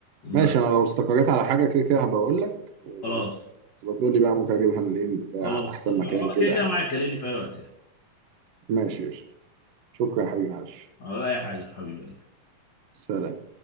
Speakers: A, on the right; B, on the left.
A: ماشي
B: بس
A: أنا لو استقريت على حاجة كده كده هبقى أقول لك وتبقى
B: خلاص
A: تقول لي بقى ممكن أجيبها منين بتاع
B: خلاص
A: أحسن
B: اتفقنا
A: مكان
B: وانا
A: كده
B: كده كده
A: يعني
B: معاك كلمني في اي وقت يعني
A: ماشي قشطة شكرا يا حبيبي معلش
B: ولا اي حاجه يا حبيبي قلبي.
A: سلام